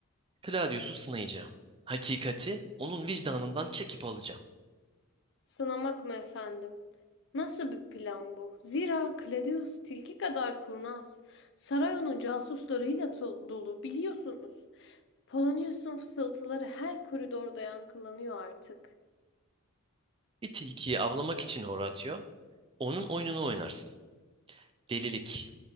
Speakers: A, on the right; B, on the left.
A: Claudius'u sınayacağım. Hakikati onun vicdanından çekip alacağım.
B: Sınamak mı efendim? Nasıl bir plan bu? Zira Claudius tilki kadar kurnaz. Saray onun casuslarıyla to- dolu biliyorsunuz. Polonius'un fısıltıları her koridorda yankılanıyor artık.
A: Bir tilkiyi avlamak için Horatio, onun oyununu oynarsın. Delilik